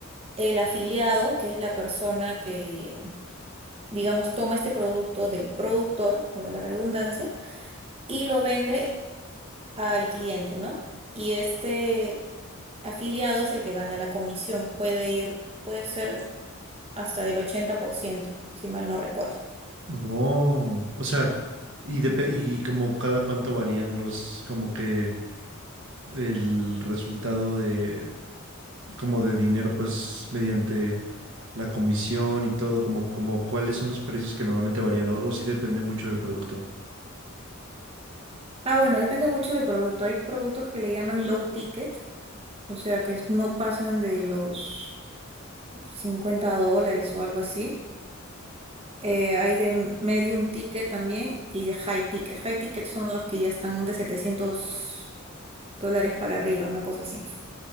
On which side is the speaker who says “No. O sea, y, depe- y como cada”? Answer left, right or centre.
Right